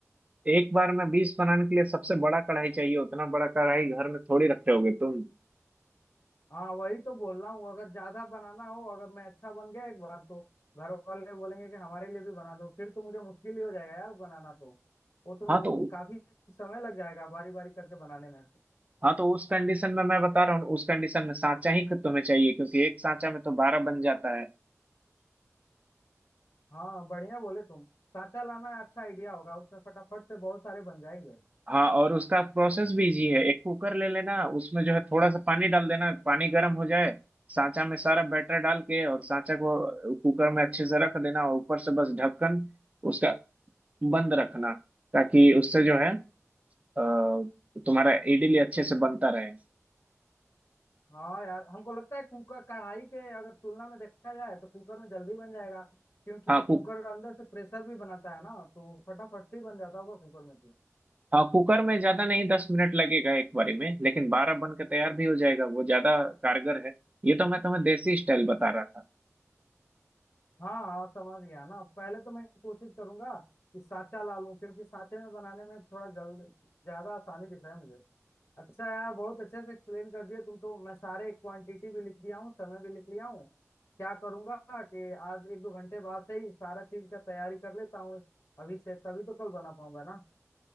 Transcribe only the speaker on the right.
एक बार में बीस बनाने के लिए सबसे बड़ा कढ़ाई चाहिए उतना बड़ा कढ़ाई घर में थोड़ी रखे होगे तुम
हाँ तो
हाँ तो उस कंडीशन में मैं बता रहा हूँ उस कंडीशन में सांचा ही तुम्हें चाहिए क्योंकि एक सांचा में तो बारह बन जाता है
हाँ और उसका प्रोसेस भी इजी है एक कुकर ले लेना उसमें जो है थोड़ा सा पानी डाल देना पानी गर्म हो जाए सांचा में सारा बैटर डाल के और सांचा को कुकर में अच्छे से रख देना और ऊपर से बस ढक्कन उसका बंद रखना ताकि उससे जो है अ, तुम्हारा इडली अच्छे से बनता रहे
हाँ
हाँ कुकर में ज्यादा नहीं दस मिनट लगेगा एक बारी में लेकिन बारह बन के तैयार भी हो जाएगा वो ज्यादा कारगर है ये तो मैं तुम्हें देसी स्टाइल बता रहा था